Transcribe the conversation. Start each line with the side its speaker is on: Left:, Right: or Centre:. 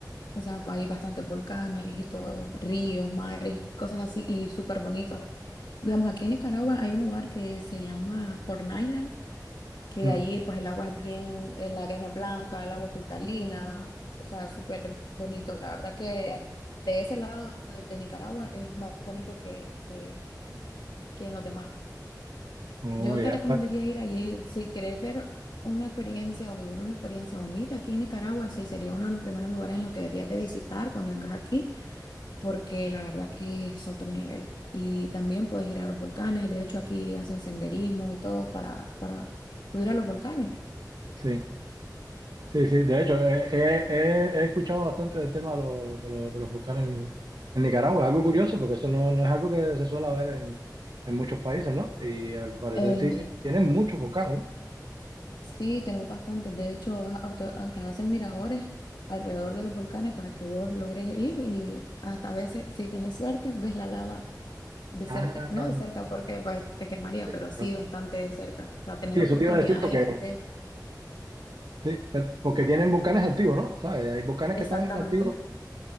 Left: O sea, pues, hay bastantes volcanes y todo, ríos, mares, y cosas así, y súper bonito. Digamos, aquí en Nicaragua hay un lugar que se llama Corn Island, que
Right: Mm.
Left: de ahí pues el agua es bien, eh, la arena es blanca, el agua es cristalina, o sea, súper bonito. La verdad que de ese lado de de Nicaragua es más bonito que, que, que en los demás.
Right: Oh,
Left: Yo
Right: ya.
Left: te recomendaría ir allí si quieres ver una experiencia o vivir una experiencia bonita aquí en Nicaragua, sí, sería uno de los primeros lugares en los que deberías de visitar cuando vengas aquí porque la verdad que es otro nivel. Y también puedes ir a los volcanes, de hecho aquí hacen senderismo y todo para, para subir a los volcanes.
Right: Sí. Sí, sí, de hecho, he, he- he- he escuchado bastante del tema de, los de, los de los volcanes en, en Nicaragua. Es algo curioso porque eso no, no es algo que se suele ver en, en muchos países, ¿no? Y al parecer
Left: Eh,
Right: sí tienen muchos volcanes, ¿no?
Left: sí, tenemos bastantes, de hecho a- auto- hasta hacen miradores alrededor de los volcanes para que vos logres ir y hasta a veces, si tenés suerte, ves la lava de cerca,
Right: Ah,
Left: no de cerca porque pues, te quemaría,
Right: sí,
Left: pero sí
Right: claro.
Left: bastante de cerca, o sea, tener
Right: Sí,
Left: la
Right: eso
Left: oportunidad
Right: te iba a decir porque,
Left: de... de-
Right: sí, pero- porque tienen volcanes activos, ¿no? ¿Sabes? Hay volcanes
Left: Exactamente,
Right: que están activos.